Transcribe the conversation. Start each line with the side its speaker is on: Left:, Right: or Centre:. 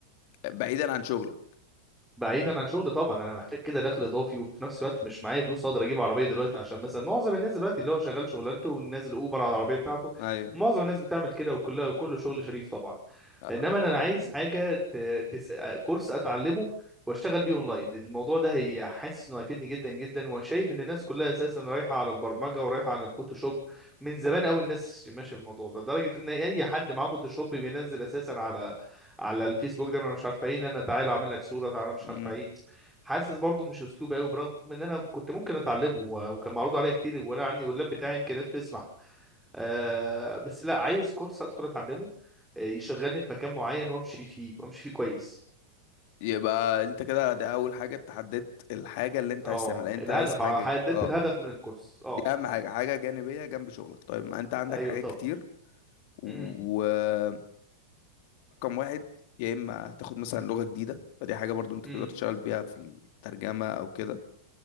Left: بعيدا عن شغلك
Centre: بعيدا عن شغل طبعا انا محتاج كده دخل اضافي وفي نفس الوقت مش معايا فلوس اقدر اجيب عربيه دلوقتي عشان مثلا معظم الناس دلوقتي اللي هو شغال شغلانته ونازل اوبر على العربيه بتاعته
Left: ايوه
Centre: معظم الناس بتعمل كده وكلها وكل شغل شريف طبعا
Left: آه،
Centre: انما انا
Left: آه،
Centre: عايز حاجه ت... تس... كورس اتعلمه واشتغل بيه اونلاين الموضوع ده هي حاسس انه هيفيدني جدا جدا وشايف ان الناس كلها اساسا رايحه على البرمجه ورايحه على الفوتوشوب من زمان قوي الناس ماشيه في الموضوع ده لدرجه ان اي حد معاه فوتوشوب بينزل اساسا على على الفيسبوك دايما أنا مش عارفه ايه ان انا تعالى اعمل لك صوره تعالى مش
Left: مم.
Centre: عارفه ايه حاسس برضو مش اسلوب قوي برغم ان انا كنت ممكن اتعلمه و- وكان معروض عليا كتير وانا عندي واللاب بتاعي امكانياته تسمح آه بس لا عايز كورس ادخل اتعلمه آه، يشغلني في مكان معين وامشي فيه وامشي فيه كويس
Left: يبقى انت كده ده اول حاجه أنت حددت الحاجه اللي انت
Centre: اه
Left: عايز تعملها انت
Centre: الهدف
Left: عايز حاجه
Centre: حددت
Left: اه
Centre: الهدف من الكورس اه
Left: دي اهم حاجه حاجه جانبيه جنب شغلك طيب ما انت عندك
Centre: ايوه
Left: حاجات
Centre: طبعا
Left: كتير ورقم
Centre: امم
Left: واحد يا اما تاخد مثلا لغه جديده فدي حاجه برضو انت
Centre: إمم.
Left: تقدر تشتغل بيها في الترجمه او كده